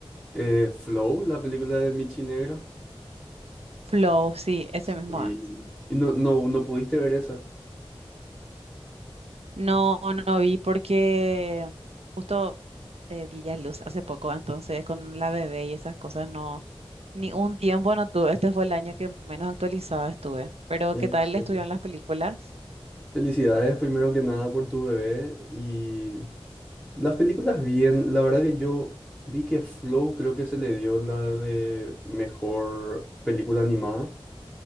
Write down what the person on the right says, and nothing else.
Flow, sí, ese mismo
es.
No, no vi porque justo eh, di a luz hace poco, entonces con la bebé y esas cosas no, ni un tiempo no tuve. Este fue el año que menos actualizada estuve. Pero
¿qué tal
estuvieron las películas?